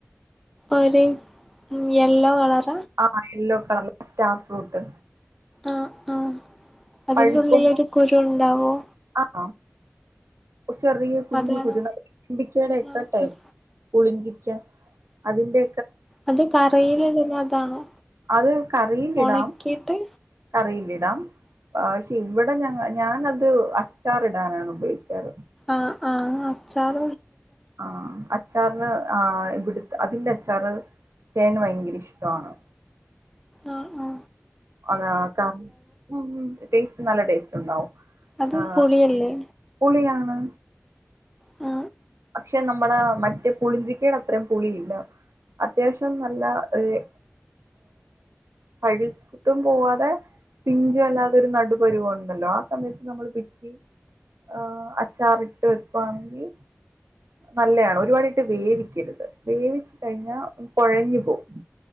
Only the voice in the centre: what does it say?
ഒരു യെല്ലോ കളർ
ആഹ ആഹ അതിന്റെള്ളിൽ
ഒരു കുരു ഉണ്ടാവോ.
അതാണോ
ആഹ്
ആഹ്
അത് കറയിലിടുന്ന അതാണോ
ഒണക്കിയിട്ട്
ആ ആ അച്ചാറ
ആ ആ
അത്
പുളിയല്ലേ
ആ